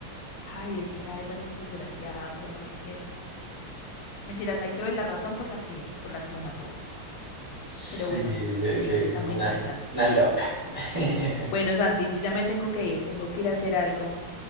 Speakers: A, on the left; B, on the right.
A: ¡Ay, este Ivar es un desgraciado! Ya no lo quiero. Mentiras, hay que ver la razón por la que, por la que lo mató.
B: Sí,
A: Pero bueno,
B: sí, sí,
A: sí,
B: sí,
A: está
B: es
A: muy
B: una,
A: interesante.
B: una loca. <laughs>
A: Bueno, Santi, yo ya me tengo que ir. Tengo que ir a hacer algo.